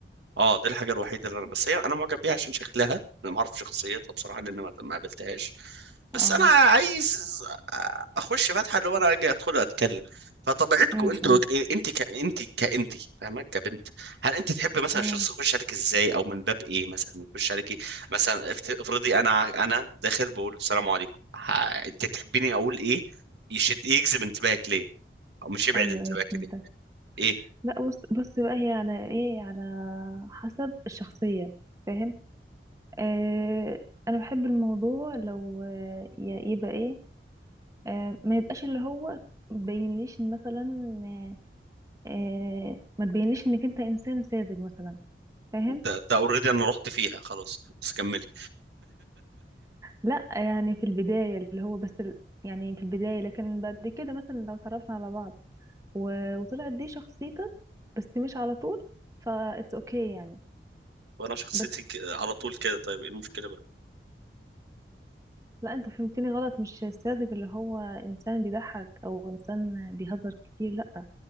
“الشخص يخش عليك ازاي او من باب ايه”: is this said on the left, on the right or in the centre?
Right